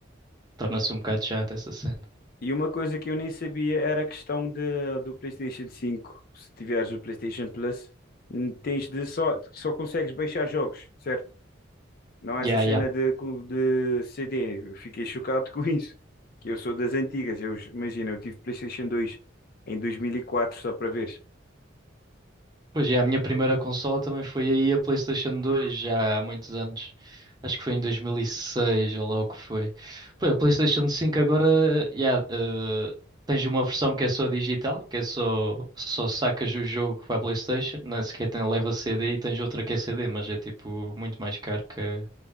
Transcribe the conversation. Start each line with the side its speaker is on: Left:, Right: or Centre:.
Right: torna-se um bocado chato essa cena.
Left: E uma coisa que eu nem sabia era a questão de, do PlayStation 5. Se tiveres o PlayStation Plus, hum, tens de só, só consegues baixar jogos, certo? Não,
Right: Yeah,
Left: essa cena
Right: yeah.
Left: de, co- de CD, eu fiquei chocado <laughs> com isso. Que eu sou das antigas, eu imagina, eu tive PlayStation 2 em 2004 só para ver.
Right: Pois yeah, a minha primeira consola também foi aí a PlayStation 2, já há muitos anos. Acho que foi em 2006 ou lá o que foi. Pô, a PlayStation 5 agora, yeah, eh, tens uma versão que é só digital, que é só, só sacas o jogo para a PlayStation, não é sequer tem, leva CD e tens outra que é CD, mas é tipo muito mais caro que, a-